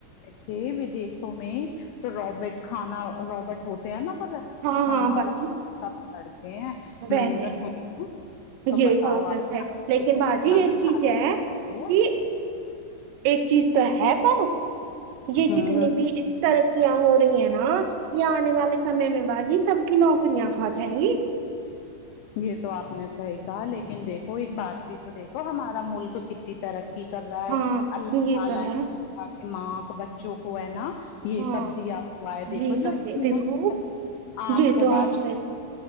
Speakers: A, on the left; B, on the right.
A: تھے ودیشوں میں تو روبٹ کھانا روابٹ ہوتے ہیں نا پر
B: ہاں
A: کھانا
B: ہاں باجی
A: وا سب کرتے ہیں
B: <unintelligible>
A: میں نے کہا ہے تو
B: یہ
A: بتاؤ
B: بات
A: آپ
B: تو ہے لیکن
A: دنیا
B: باجی
A: میں
B: ایک
A: کیا
B: چیز ہے
A: ہے
B: کہ ایک چیز تو ہے پر یہ
A: ہ
B: جتنی
A: ہ
B: بھی ترکیاں ہو رہی ہیں نا یہ آنے والے سمے میں باجی سب کی نوکریاں کھا جائےیں گی
A: یہ تو آپ نے صحیح کہا لیکن دیکھو ایک بات بھی تو دیکھو ہمارا ملک کتنی ترقی کی کر رہا ہے
B: ہاں
A: اللہ
B: یہ
A: تعالی
B: تو ہے
A: نےا ماں کو بچوں کو ہے نا یہ
B: ہاں
A: سب دیا ہوا ہے دیکھو
B: یہ
A: جو
B: سب
A: اتنی
B: دیکھو
A: آپ
B: یہ
A: کو
B: تو
A: بات
B: صحیح